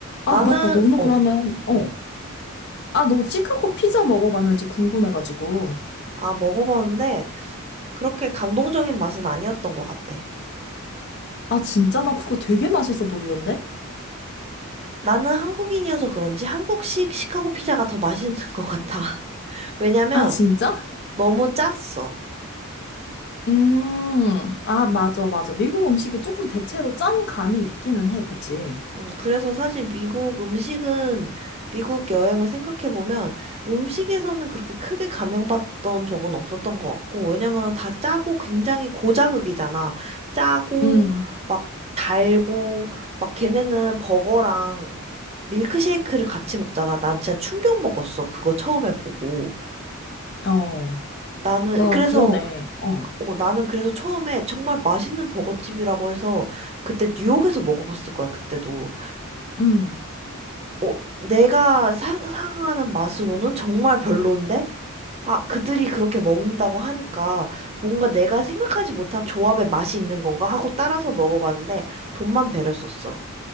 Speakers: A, on the left; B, on the right.
A: 아,
B: 나는,
A: 맞다. 너는
B: 어,
A: 그러면,
B: 어.
A: 어, 아, 너 시카고 피자 먹어봤는지 궁금해가지고.
B: 아, 먹어봤는데, 그렇게 감동적인 맛은 아니었던 것 같아.
A: 아, 진짜? 나 그거 되게 맛있어 보이던데?
B: 나는 한국인이어서 그런지 한국식 시카고 피자가 더 맛있는 것 같아. <laughs> 왜냐면,
A: 아, 진짜?
B: 너무 짰어.
A: 음, 아, 맞아, 맞아. 미국 음식이 조금 대체로 짠 감이 있기는 해, 그치?
B: 음, 그래서 사실 미국 음식은, 미국 여행을 생각해보면 음식에서는 그렇게 크게 감명받던 적은 없었던 것 같고, 왜냐면 다 짜고 굉장히 고자극이잖아. 짜고,
A: 음.
B: 막 달고, 막 걔네는 버거랑 밀크쉐이크를 같이 먹잖아. 난 진짜 충격 먹었어. 그거 처음에 보고.
A: 어,
B: 나는,
A: 야,
B: 그래서,
A: 그러네. 어,
B: 어, 나는 그래서 처음에 정말 맛있는 버거집이라고 해서 그때 뉴욕에서 먹어봤을 거야, 그때도.
A: 음.
B: 어, 내가 상상하는 맛으로는 정말 별론데, 아, 그들이 그렇게 먹는다고 하니까 뭔가 내가 생각하지 못한 조합의 맛이 있는 건가 하고 따라서 먹어봤는데 돈만 배려 썼어.